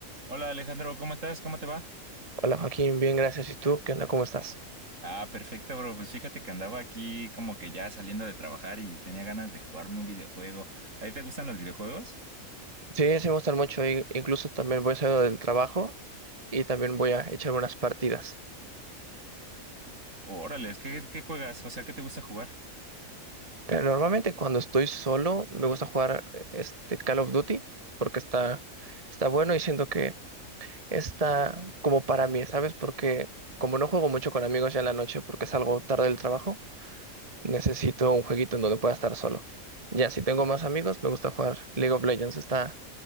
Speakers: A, on the right; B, on the right.
A: Hola Alejandro, ¿cómo estás? ¿Cómo te va?
B: Hola Joaquín, bien, gracias. ¿Y tú? ¿Qué onda? ¿Cómo estás?
A: Ah, perfecto, bro. Pues fíjate que andaba aquí como que ya saliendo de trabajar y tenía ganas de jugarme un videojuego. ¿A ti te gustan los videojuegos?
B: Sí, sí me gustan mucho. i- Incluso también voy saliendo del trabajo y también voy a echar unas partidas.
A: Órale, ¿qué, qué juegas? O sea, ¿qué te gusta jugar?
B: Pero normalmente cuando estoy solo me gusta jugar eh, este Call of Duty porque está, está bueno y siento que está como para mí, ¿sabes? Porque como no juego mucho con amigos ya en la noche porque salgo tarde del trabajo, necesito un jueguito en donde pueda estar solo. Ya, si tengo más amigos, me gusta jugar League of Legends. Está